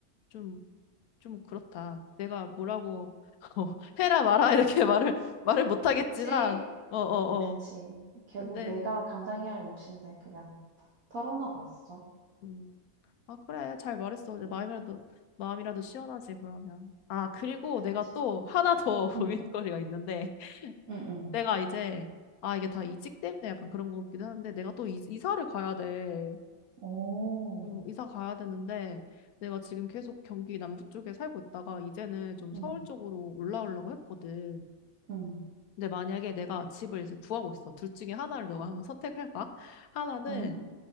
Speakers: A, on the left; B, on the right.
A: 좀, 좀 그렇다. 내가 뭐라고, <laughs> 어, 해라 마라 이렇게 <laughs> 말을, 말을 못하겠지만,
B: 그치?
A: 어, 어,
B: 그치.
A: 어.
B: 결국
A: 근데,
B: 내가 감당해야 할 몫인데, 그냥 털어놔 봤어.
A: 음, 아, 그래, 잘 말했어. 내 마음이라도, 마음이라도 시원하지, 그러면. 아, 그리고
B: 그치.
A: 내가 또 하나 더
B: 응,
A: <laughs> 고민거리가 있는데,
B: 응, 응.
A: 내가 이제 아 이게 다 이직 때문에 약간 그런 거 같기도 하는데 내가 또 이, 이사를 가야 돼.
B: 오,
A: 어, 이사 가야 되는데 내가 지금 계속 경기 남부 쪽에 살고 있다가 이제는 좀 서울
B: 응,
A: 쪽으로 올라오려고 했거든.
B: 응,
A: 근데 만약에 내가 집을 이제 구하고 있어. 둘 중에 하나를 너가 한번 선택해봐. <laughs> 하나는
B: 응,